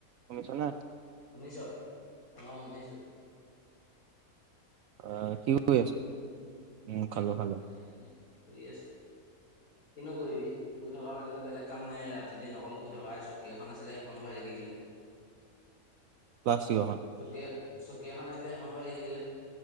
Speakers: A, on the right; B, on the left.
A: শুনি ছনে?
B: শুনিছ অ শুনিছো
A: অহ কি কৰি আছ। উম, খালো খালো।
B: মাই এনে শুই আছো কিনো কৰিবি শুই থকা বাদে টো বেলেগ কাম নাই ৰাতি দিন অকল শুই থকা হে। চকী এখন আছিলে সেইখনো ভাগি থাকিলে।
A: প্লাষ্টিকখন
B: চকী চকী এখন আছিলে সেইখনো ভাগি থাকিলে।